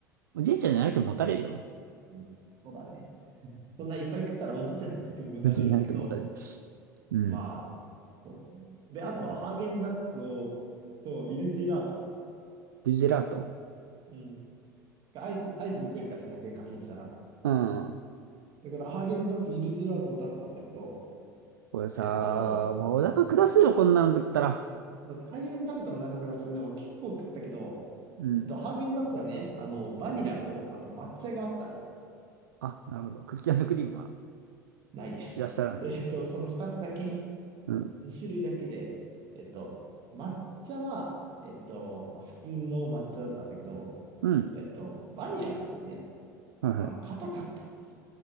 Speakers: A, on the right; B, on the right.
A: おじいちゃんじゃなくてももたれるよ。
B: うんうんそうだね。そんないっぱい食ったらおじいちゃんだってもたれるんだけど、
A: おじいちゃんじゃなくてももたれる。うん。
B: まあ、そうで、あとはハーゲンダッツを、と、イルジェラート。
A: ルジェラート。
B: うん。アイス、アイスも食えるからさ、100円課金したら。
A: うん。
B: だからハーゲンダッツイルジェラートも食べたんだけど、
A: これさ、
B: えっと、
A: もうお腹下すよ、
B: うん。
A: こんなの食ったら。
B: まあ大量に食べたお腹がする。でも結構食ったけど、
A: うん。
B: えっと、ハーゲンダッツはね、あの、バニラと、あと抹茶があったんよ。
A: あ、なるほど。クッキークリームは
B: ないです。
A: いらっしゃらない。
B: <laughs> えっと、その2つだけ、<laughs>
A: うん。
B: 2種類だけで、えっと、抹茶は、えっと、まあ、普通の抹茶だったんだけど、
A: うん。
B: えっと、バニラがですね、
A: はいはい。
B: あの、硬かったんですよ。